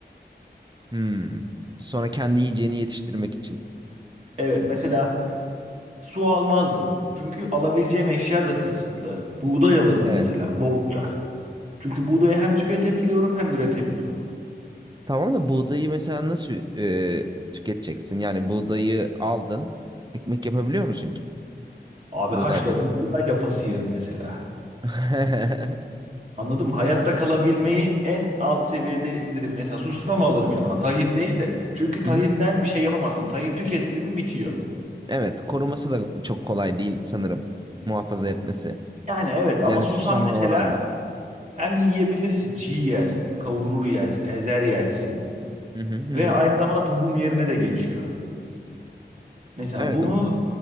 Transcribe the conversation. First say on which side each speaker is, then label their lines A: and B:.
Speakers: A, on the right; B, on the right.
A: Hmm. Sonra kendi yiyeceğini yetiştirmek için.
B: Evet mesela su almazdım. Çünkü alabileceğim eşya da kısıtlı. Buğday alırdım
A: Evet.
B: mesela bolca. Çünkü buğdayı hem tüketebiliyorum hem üretebiliyorum.
A: Tamam da buğdayı mesela nasıl e, tüketeceksin? Yani buğdayı aldın. Ekmek yapabiliyor musun ki
B: Abi
A: buğdayda?
B: haşlarım buğday lapası yerim mesela.
A: <laughs> Hı
B: Anladım. Hayatta kalabilmeyi en alt seviyede indirebilir. Mesela susam alırım yanıma. Tahin değil de. Çünkü tahinden
A: hı.
B: bir şey yapamazsın. Tahin tüketti mi bitiyor.
A: Evet, koruması da çok kolay değil sanırım. Muhafaza etmesi.
B: Yani evet
A: Yani
B: ama susam
A: susama
B: mesela
A: oranla.
B: hem yiyebilirsin. Çiğ yersin. Kavurur yersin. Ezer yersin.
A: Hı hı hı.
B: Ve
A: hı.
B: aynı zamanda tohum yerine de geçiyor. Mesela
A: Evet
B: bunu
A: o.